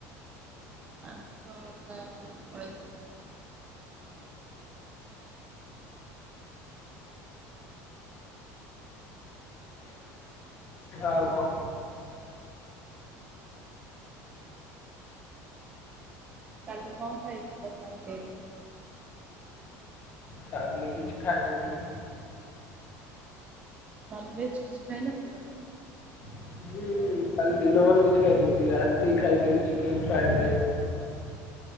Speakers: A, on the right; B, on the left.
A: ମାଂସ ପୁରା ପଳେଇଥିଲା।
B: ଆଉ କଁ?
A: କାଲି କଣ ଖାଇଇଥିଲ ସନଡେ ରେ?
B: କାଲି କିଛି ଖାଇ ନଥିଲି।
A: ନନଭେଜ୍ କିଛି ଖାଇନଥିଲ?
B: ଖାଇନଥିଲି କାଲି ଦିନ ମାନ କିଛି ଖାଇନଥିଲି ରାତି କି ଖାଇଥିଲି ଚିକେନ ଫ୍ରାଇଡ ରାଇସ୍।